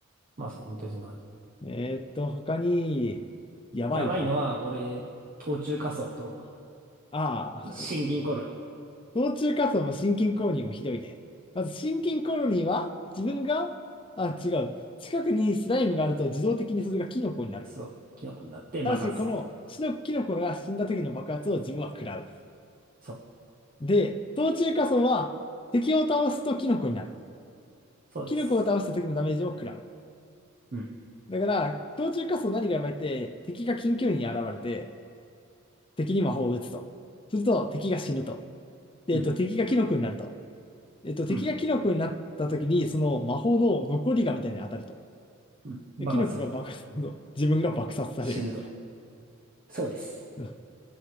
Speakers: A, on the right; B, on the left.
A: まあそう、本当にそんな感じ。
B: えーっと、他に、やばいバグ。
A: やばいのは、俺、冬虫夏草と
B: ああ、
A: 新銀コロニ
B: 途中仮想も心筋コロニーもひどいね。まず心筋コロニーは自分が、あ、違う。近くにスライムがあると自動的にそれがキノコになる。
A: そう、キノコになって爆発する。
B: ただし、この死のキノコが死んだ時の爆発を自分は食らう。
A: そう、
B: で、冬中火層は敵を倒すとキノコになる。
A: そうです。
B: キノコを倒した時のダメージを食らう。
A: うん、
B: だから、冬中火層何がやばいって、敵が緊急に現れて、敵に魔法を打つと。すると、敵が死ぬと。で、
A: うん、
B: えっと、敵がキノコになると。えっと、敵がキノコになった時に、
A: うん、
B: その魔法の残りがみたいに当たると。
A: うん。爆発すると。
B: でキノコが爆発すると、自分が爆殺される。
A: 死ぬと。そうです。
B: <laughs>